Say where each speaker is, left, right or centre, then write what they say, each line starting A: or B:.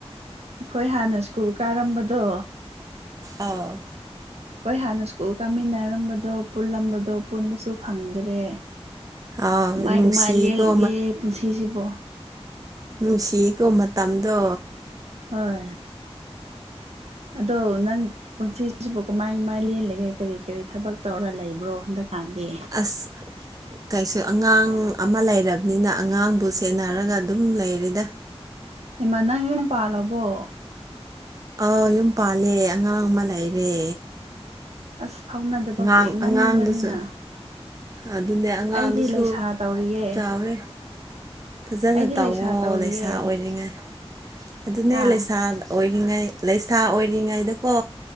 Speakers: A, on the right; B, on the right.
A: ꯑꯩꯈꯣꯏ ꯍꯥꯟꯅ ꯁ꯭ꯀꯨꯜ ꯀꯥꯔꯝꯕꯗꯣ
B: ꯑꯥꯎ
A: ꯍꯈꯣꯏ ꯍꯥꯟꯅ ꯁ꯭ꯀꯨꯜ ꯀꯥꯃꯤꯟꯅꯔꯝꯕꯗꯣ ꯄꯨꯜꯂꯝꯕꯗꯣ ꯄꯨꯟꯕꯁꯨ ꯐꯪꯗ꯭ꯔꯦ
B: ꯑꯥꯎ
A: ꯀꯃꯥꯏ
B: ꯅꯨꯡꯁꯤꯀꯣ
A: ꯀꯃꯥꯏ ꯂꯦꯜꯂꯤꯒꯦ ꯄꯨꯟꯁꯤꯁꯤꯕꯣ
B: ꯅꯨꯡꯁꯤꯀꯣ ꯃꯇꯝꯗꯣ
A: ꯍꯣꯏ ꯑꯗꯣ ꯅꯪ ꯄꯨꯟꯁꯤꯁꯤꯕꯨ ꯀꯃꯥꯏ ꯀꯃꯥꯏ ꯂꯦꯜꯜꯂꯤꯒꯦ ꯀꯔꯤ ꯀꯔꯤ ꯊꯕꯛ ꯇꯧꯔꯒ ꯂꯩꯕ꯭ꯔꯣ ꯍꯟꯗꯛꯀꯥꯟꯗꯤ
B: ꯑꯁ ꯀꯩꯁꯨ ꯑꯉꯥꯡ ꯑꯃ ꯂꯩꯔꯕꯅꯤꯅ ꯑꯉꯥꯡꯕꯨ ꯁꯦꯟꯅꯔꯒ ꯑꯗꯨꯝ ꯂꯩꯔꯤꯗ
A: ꯍꯩꯃꯟ ꯅꯪ ꯌꯨꯝ ꯄꯥꯜꯂꯕꯣ
B: ꯑꯥꯎ ꯌꯨꯝ ꯄꯥꯜꯂꯦ ꯑꯉꯥꯡ ꯑꯃ ꯂꯩꯔꯦ
A: ꯑꯁ ꯐꯥꯎꯅꯗꯕ
B: ꯑꯉꯥꯡ
A: ꯀꯨꯏꯃꯟꯕꯅꯤꯅ
B: ꯑꯉꯥꯡꯗꯨꯁꯨ ꯑꯗꯨꯅꯦ ꯑꯉꯥꯡꯗꯨꯁꯨ
A: ꯑꯩꯗꯤ ꯂꯩꯁꯥ ꯇꯧꯔꯤꯌꯦ
B: ꯆꯥꯎꯔꯦ ꯐꯖꯅ
A: ꯑꯩꯗꯤ
B: ꯇꯧꯋꯣ
A: ꯂꯩꯁꯥ ꯇꯧꯔꯤꯌꯦ
B: ꯂꯩꯁꯥ ꯑꯣꯏꯔꯤꯉꯩ ꯑꯗꯨꯅꯦ
A: ꯍꯥ
B: ꯂꯩꯁꯥ ꯑꯣꯏꯔꯤꯉꯩ ꯂꯩꯁꯥ ꯑꯣꯏꯔꯤꯉꯩꯗꯀꯣ